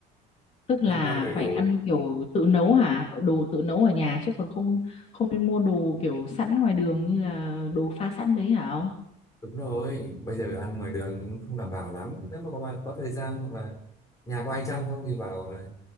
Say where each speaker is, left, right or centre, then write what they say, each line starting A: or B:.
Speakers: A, on the left; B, on the left.
A: tức là
B: ăn rau đầy đủ
A: phải ăn kiểu tự nấu hả? Đồ tự nấu ở nhà chứ còn không không nên mua đồ kiểu sẵn ngoài đường như là đồ pha sẵn đấy hả ông?
B: đúng rồi bây giờ ăn ngoài đường cũng không đảm bảo lắm nếu mà có bạn có thời gian hoặc là nhà có ai chăm không thì bảo là